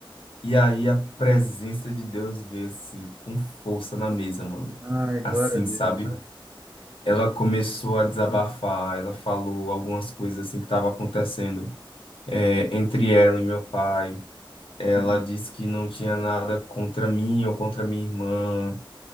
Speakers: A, on the left; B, on the right.
A: E aí a presença de Deus veio assim, com força na mesa, mano.
B: Ai,
A: Assim,
B: glória a Deus.
A: sabe? ela começou a desabafar, ela falou algumas coisas assim que estavam acontecendo é, entre ela e meu pai. Ela
B: Uhum.
A: disse que não tinha nada contra mim ou contra minha irmã,